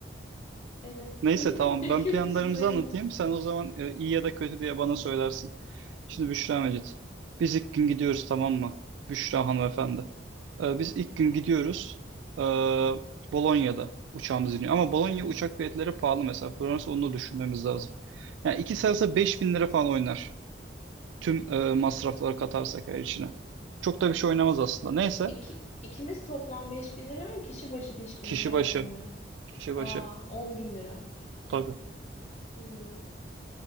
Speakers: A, on the left; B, on the right.
A: Evet.
B: Neyse
A: <laughs>
B: tamam
A: Pek
B: ben
A: yurt
B: planlarımızı
A: dışı değil.
B: anlatayım. Sen o zaman e, iyi ya da kötü diye bana söylersin. Şimdi Büşra Mecit. Biz ilk gün gidiyoruz tamam mı? Büşra hanımefendi. E, biz ilk
A: Evet.
B: gün gidiyoruz. E, Bolonya'da uçağımız iniyor. Ama Bolonya uçak biletleri pahalı mesela. Fransa onu da düşünmemiz lazım. Yani iki sarsa 5000 lira falan oynar. Tüm e, masrafları katarsak her içine. Çok da bir şey oynamaz aslında. Neyse.
A: İki, ikimiz toplam 5000 lira mı? Kişi başı 5000
B: Kişi
A: lira
B: başı.
A: mı oynar?
B: Kişi başı.
A: Aa on bin lira.
B: Tabii.
A: Hmm.